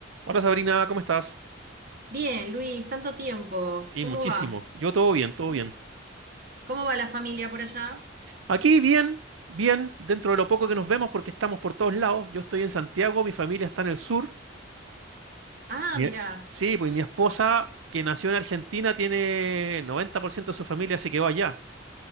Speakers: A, on the right; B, on the right.
A: Hola Sabrina, ¿cómo estás?
B: Bien, Luis, tanto tiempo.
A: Sí,
B: ¿Cómo
A: muchísimo.
B: va?
A: Yo todo bien, todo bien.
B: ¿Cómo va la familia por allá?
A: Aquí bien, bien, dentro de lo poco que nos vemos porque estamos por todos lados. Yo estoy en Santiago, mi familia está en el sur.
B: Ah,
A: Bien.
B: mira.
A: Sí, pues mi esposa, que nació en Argentina, tiene 90% de su familia se quedó allá.